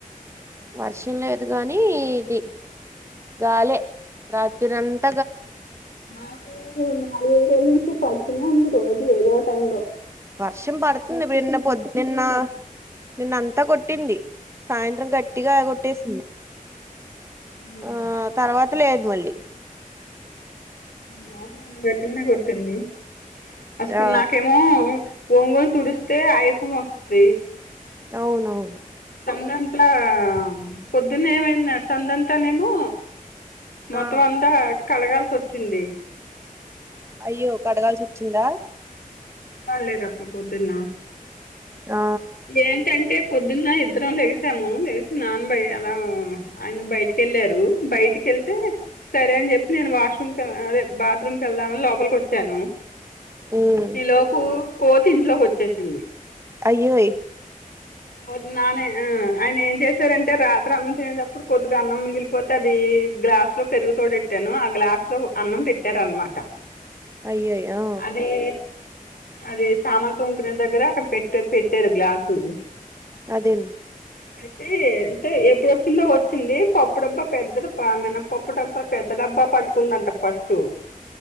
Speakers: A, on the right; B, on the left.
A: వర్షం లేదు గానీ ఇది గాలె రాత్రింత
B: మాకు నాలుగైదు రోజుల నుంచి పడుతూనే ఉంది రోజు ఏదో టైమ్ లో
A: వర్షం పడుతుంది విన్న పొద్దు నిన్న నిన్న అంతా కొట్టింది సాయంత్రం గట్టిగా కొట్టేసింది.
B: ఉ
A: ఆ తర్వాత లేదు మళ్ళీ
B: మాతో నన్న పెట్టినే కొట్టింది అస్సలు
A: ఆ
B: నాకేమో వంగుని తుడుస్తే ఆయషం వత్తది.
A: అవునవును
B: సందంతా పొద్దున్న ఏమైంది సందంతానేమో మొత్తం
A: ఆ
B: అంతా కడగాల్సి వచ్చింది.
A: అయ్యో కడగాల్సి వచ్చిందా?
B: పర్లేదు అక్క బొద్దున్నా
A: ఆ
B: ఏంటంటే పొద్దున్న ఇద్దరం లేసాము లేసి నానబై అలాగ ఆయన బయటికెళ్ళారు బయటికిళ్తే సరే అని చెప్పి నేను వాష్రూమ్ క అదే బాత్రూమ్కి వెళ్దామని లోపలికి వచ్చాను.
A: ఉమ్
B: ఈ లోపు కోతి ఇంట్లోకి వచ్చేసింది.
A: అయ్యో
B: ఇంకోటి నానే ఆ ఆయన ఏం చేశారంటే రాత్రి అన్నం తినేటప్పుడు కొద్దిగా అన్నం మిగిలి పోతే అది గ్లాస్ లో పెరుగు తోడుఏట్టాను ఆ గ్లాస్ లో అన్నం పెట్టారు అనమాట
A: అయ్యయి ఆ
B: అదే అదే సామాన్ తొముకునే దగ్గర అక్కడ పెట్ట పెట్టారు గ్లాసు
A: అదేం
B: అయితే అంటే ఎప్పుడుచ్చిందో వచ్చింది పప్పుడబ్బా పెద్దది మన పప్పు డబ్బా పెద్ద డబ్బా పట్టుకుందంట ఫస్ట్